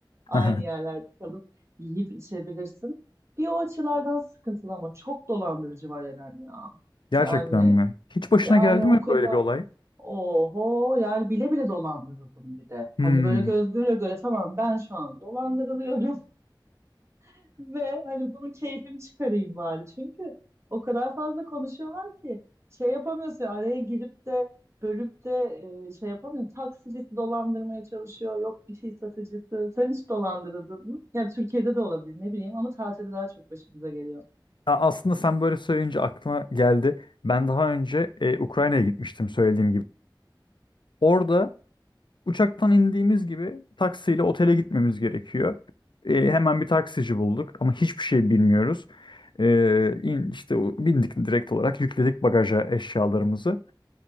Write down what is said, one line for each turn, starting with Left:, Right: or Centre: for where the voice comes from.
Right: Aynı
Left: Hı hı.
Right: yerlerde kalıp yiyip içebilirsin. Bir o açılardan sıkıntılı ama çok dolandırıcı var Eren ya.
Left: <laughs> Gerçekten
Right: Yani
Left: mi? Hiç başına
Right: yani
Left: geldi
Right: o
Left: mi
Right: kadar.
Left: böyle bir olay?
Right: Oho yani bile bile dolandırıldım bir de. Hani
Left: Hmm.
Right: böyle göz göre göre tamam ben şu an dolandırılıyorum <laughs> ve hani bunun keyfini çıkarayım bari. Çünkü o kadar fazla konuşuyorlar ki şey yapamıyorsun ya, araya girip de bölüp de e, şey yapamıyorsun. Taksicisi dolandırmaya çalışıyor yok bir şey satıcısı. Sen hiç dolandırıldın mı? Ya Türkiye'de de olabilir ne bileyim ama tatilde daha çok başımıza geliyor.
Left: A- Aslında sen böyle söyleyince aklıma geldi. Ben daha önce e, Ukrayna'ya gitmiştim söylediğim gibi. Orada Uçaktan indiğimiz gibi taksiyle otele gitmemiz gerekiyor. Ee, hemen bir taksici bulduk ama hiçbir şey bilmiyoruz. Ee, in, işte o- bindik direkt olarak yükledik bagaja eşyalarımızı.